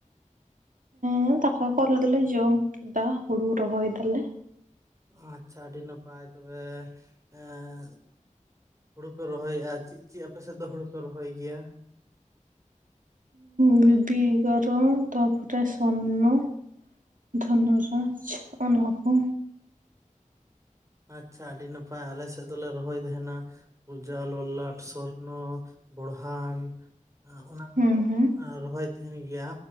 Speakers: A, on the right; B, on the right.
A: ᱦᱮᱸ ᱫᱟᱠᱟ ᱠᱚ ᱟᱞᱮ ᱫᱚᱞᱮ ᱡᱚᱢ ᱠᱮᱫᱟ ᱦᱩᱲᱩ ᱨᱚᱦᱚᱭ ᱫᱟᱞᱮ᱾
B: ᱟᱪᱪᱷᱟ ᱟᱹᱰᱤ ᱱᱟᱯᱟᱭ ᱛᱚᱵᱮ ᱮᱸᱻ ᱦᱩᱲᱩ ᱯᱮ ᱨᱚᱦᱚᱭᱮ-ᱟ ᱪᱮᱫ ᱪᱮᱫ ᱟᱯᱮ ᱥᱮᱫ ᱫᱚ ᱦᱩᱲᱩ ᱯᱮ ᱨᱚᱦᱚᱭ ᱜᱮᱭᱟ?
A: ᱵᱩᱰᱤ, ᱜᱟᱨ, ᱛᱟᱯᱚᱨᱮ ᱥᱚᱨᱱᱚ, ᱫᱷᱚᱱᱚ ᱨᱟᱡ ᱚᱱᱟ ᱠᱚ᱾
B: ᱟᱪᱪᱷᱟ ᱟᱹᱰᱤ ᱱᱟᱯᱟᱭ, ᱟᱞᱮ ᱥᱮᱫ ᱫᱚᱞᱮ ᱨᱚᱦᱚᱭ ᱛᱮᱦᱮᱱᱟ ᱯᱩᱡᱟ, ᱞᱚᱞᱞᱟᱴ, ᱥᱚᱨᱱᱚ, ᱵᱚᱲᱦᱟᱱ ᱚᱱᱟ
A: ᱦᱩᱸ
B: ᱠᱚᱜᱮ,
A: ᱦᱩᱸ
B: ᱨᱚᱦᱚᱭ ᱛᱮᱦᱮᱱ ᱜᱮᱭᱟ